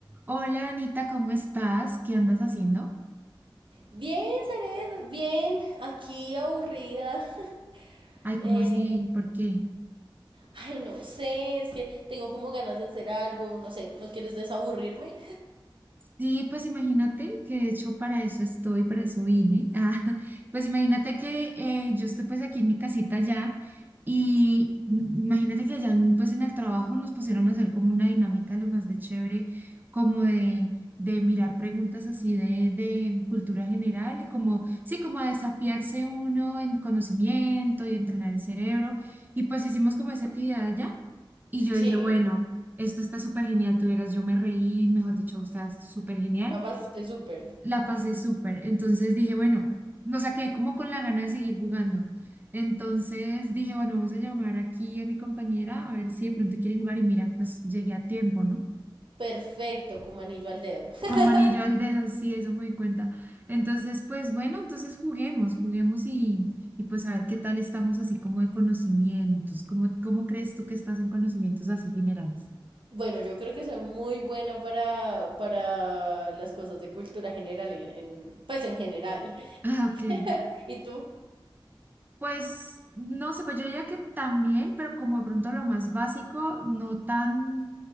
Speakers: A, on the right; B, on the right.
A: Hola Anita, ¿cómo estás? ¿Qué andas haciendo?
B: Bien, Zaret, bien, aquí aburrida. <laughs>
A: Ay, ¿cómo
B: Eh,
A: así? ¿Por qué?
B: ay, no sé, es que tengo como ganas de hacer algo, no sé, ¿no quieres desaburrirme?
A: Sí, pues imagínate que de hecho para eso estoy, para eso vine. <laughs> Ah, pues imagínate que eh, yo estoy pues aquí en mi casita ya y m- imagínate que allá en- pues en el trabajo nos pusieron a hacer como una dinámica lo más de chévere, como de, de mirar preguntas así de, de cultura general y como, sí, como a desafiarse uno en conocimiento y entrenar el cerebro. Y pues hicimos como esa actividad allá. Y yo
B: <laughs> Sí,
A: dije, bueno, esto está súper genial, tuvieras, yo me reí, mejor dicho, está súper genial.
B: ya pasaste súper.
A: La pasé súper. Entonces dije, bueno, no sea, quedé como con la gana de seguir jugando. Entonces dije, bueno, vamos a llamar aquí a mi compañera a ver si de pronto quiere jugar. Y mira, pues llegué a tiempo, ¿no?
B: Perfecto, como anillo al dedo. <laughs>
A: Como anillo al dedo, sí, eso me di cuenta. Entonces, pues bueno, entonces juguemos, juguemos y, y pues a ver qué tal estamos así como de conocimientos. ¿Cómo, cómo crees tú que estás en conocimientos así generales? <laughs>
B: Bueno, yo creo que soy muy buena para, para las cosas de cultura general, en, en- pues en general. <laughs>
A: Ah, ok.
B: ¿Y tú?
A: Pues no sé, pues yo diría que también, pero como de pronto lo más básico, no tan,